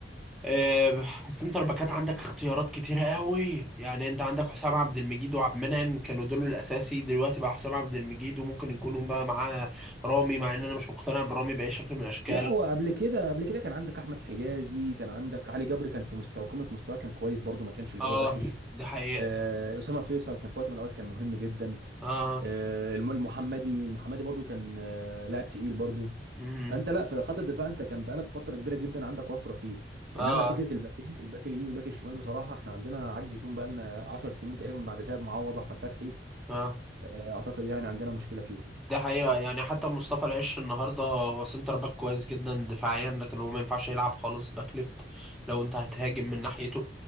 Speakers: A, in the centre; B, on the right.
A: آه، السنتر باكات عندك اختيارات كتيرة قوي يعني انت عندك حسام عبد المجيد وعبد المنعم كانوا دول الاساسي دلوقتي بقى حسام عبد المجيد وممكن يكونوا بقى معاه رامي مع ان انا مش مقتنع برامي باي شكل من الاشكال
B: لا هو قبل كده قبل كده كان عندك احمد حجازي كان عندك علي جبر كان في مستوى قمه مستوى كان كويس برضه ما كانش اللي
A: اه
B: هو وحش
A: دي حقيقة
B: آه، اسامه فيصل كان في وقت من الاوقات كان مهم جدا
A: اه
B: آه، الم- المحمدي المحمدي برضه كان آه، لاعب تقيل برضه
A: امم
B: فانت لا في خط الدفاع انت كان بقالك فتره كبيره جدا عندك وفره فيه
A: اه
B: انما فكره الباكين الباك اليمين والباك الشمال بصراحه احنا عندنا عجز فيهم بقالنا 10 سنين تقريبا بعد سيد معوض واحمد فتحي
A: اه
B: آه، اعتقد يعني عندنا مشكله فيهم
A: ده حقيقة يعني حتى مصطفى العش النهاردة هو سنتر باك كويس جدا دفاعيا لكن هو ما ينفعش يلعب خالص باك ليفت لو انت هتهاجم من ناحيته